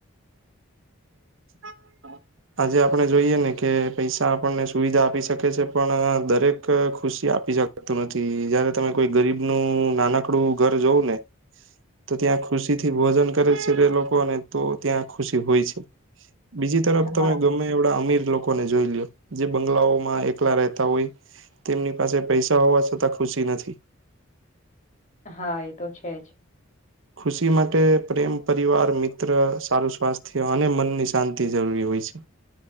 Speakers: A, on the right; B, on the left.
A: <inaudible> આજે આપણે જોઈએ ને કે પૈસા આપણને સુવિધા આપી શકે છે. પણ દરેક ખુશી આપી શકે તું નથી જયારે તમે કોઈ ગરીબ નું નાનકડું ઘર જવ ને તો ત્યાં ખુશી થી ભોજન કરે છે, તે લોકોને તો ત્યાં ખુશી હોય છે બીજી તરફ તમે
B: હા,
A: ગમે એ અમીર લોકોને જોઈ લ્યો જે બંગલાઓમાં એકલા રહેતા હોય. તેમની પાસે પૈસા હોવા છતાં ખુશી નથી
B: હા એ તો છે, જ
A: ખુશી માટે પ્રેમ પરિવાર મિત્ર સારું સ્વાસ્થ્ય અને મનની શાંતિ જરૂરી હોય છે.